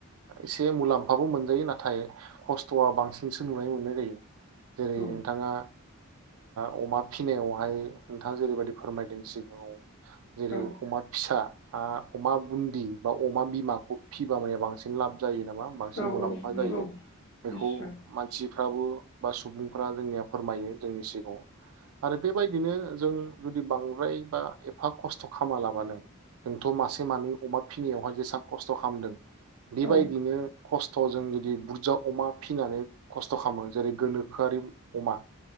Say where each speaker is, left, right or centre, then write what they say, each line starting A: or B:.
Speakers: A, on the right; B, on the left.
A: एसे मुलाम्फाबो मोनजायो नाथाय खस्थ'आ बांसिनसो नुनानै मोननाय जायो। जेरै
B: औ
A: नोंथाङा ओ अमा फिसिनायावहाय नोंथाङा जेरैबायदि फोरमायदों सिगाङाव। जेरै
B: औ
A: अमा फिसा आ अमा बुन्दि बा अमा बिमाखौ फिबा माया बांसिन लाब जायो नामा बांसिन
B: औ
A: मुलाम्फा
B: नंगौ
A: जायो बेखौ
B: निस्सय
A: मानसि थाबो बा सु सुबुंफ्रा जोंनिया फोरमायो जोंनि सिगाङाव आरो बेबायदिनो जों जुदि बांद्राय बा एफा खस्थ' खालामालाबानो जोंथ' मासे मानै अमा फिसिनायावहाय जेसेबां खस्थ' खालामदों बेबायदिनो
B: औ
A: खस थ' जों जुदि बुरजा अमा फिनानै खस्थ' खालामो जेरै गोनो खोआरि अमा